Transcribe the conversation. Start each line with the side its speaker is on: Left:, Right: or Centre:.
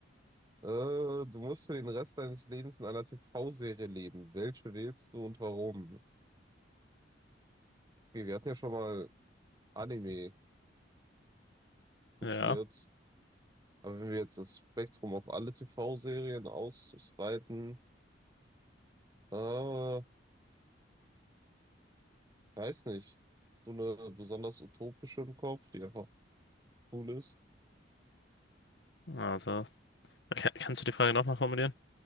Right: Äh, du musst für den Rest deines Lebens in einer TV-Serie leben. Welche wählst du und warum? Okay, wir hatten ja schon mal Anime diskutiert,
Left: Ja,
Right: aber wenn wir jetzt das Spektrum auf alle TV-Serien ausweiten, äh, weiß nicht, so eine besonders utopische im Kopf, die einfach cool ist.
Left: also. ka- Kannst du die Frage nochmal formulieren?